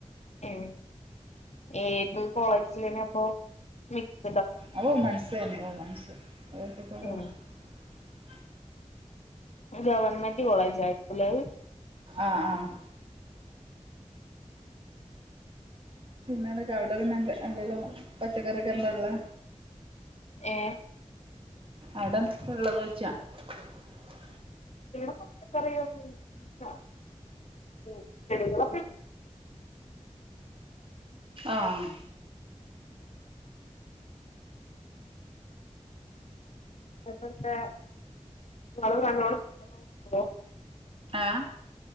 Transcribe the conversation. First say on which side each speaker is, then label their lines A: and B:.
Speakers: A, on the left; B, on the right.
A: ഉം ഏത് കോളേജിലേനു അപ്പോ <unintelligible>
B: ഞാൻ വുമൺസേനു വുമൺസ് <unintelligible>
A: ഏ ഗവൺമെന്റ് കോളേജ് ആയിരിക്കൂല്ലെ അഹ്
B: ആഹ് ആഹ് പിന്നെ എന്തൊക്കെ അവിടെ പിന്നെ എന്തെ എന്തേലും പച്ചക്കറി ഒക്കെ എന്താള്ളേ
A: ഏ
B: ആടേന്താട്ടാള്ളത് <unintelligible>
A: <unintelligible> ചെടികളൊക്കേ
B: ആഹ്
A: അപ്പന്താ ങ്ങള് നല്ലോണം ഫുഡോക്കെ വെക്കോ
B: ആഹ്